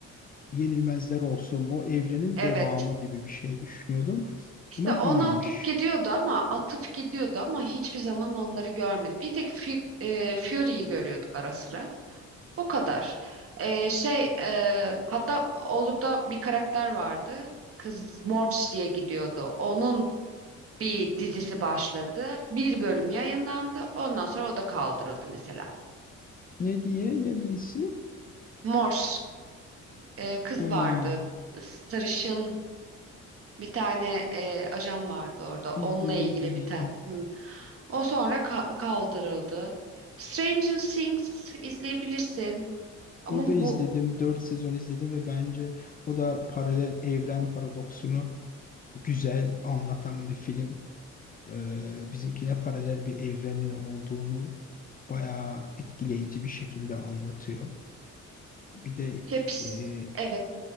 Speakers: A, on the left; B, on the right.
A: Yenilmezler olsun, o evrenin
B: Evet.
A: devamı gibi bir şey düşünüyordum.
B: İşte
A: Ama
B: ona
A: değilmiş.
B: atıp gidiyordu ama atıp gidiyordu ama hiçbir zaman onları görmedi. Bir tek Fu- e, Fury'yi görüyorduk ara sıra. O kadar. Ee, şey e, hatta Olduk'ta bir karakter vardı. Kız Morse diye gidiyordu. Onun bir dizisi başladı. Bir bölüm yayınlandı. Ondan sonra o da kaldırıldı mesela.
A: Ne diye, ne bilisi?
B: Morse e, kız
A: Ha,
B: vardı. Sarışın bir tane e, ajan vardı orada. Onunla
A: Bildim
B: ilgili
A: bildim bildim.
B: bir tane. Hı. O sonra ka- kaldırıldı. Stranger Things izleyebilirsin. Ama
A: Orada izledim.
B: bu
A: dört sezon izledim ve bence o da paralel evren paradoksunu güzel anlatan bir film. Ee, bizimkine paralel bir evrenin olduğunu bayağı etkileyici bir şekilde anlatıyor. Bir de
B: hepsi
A: e,
B: evet.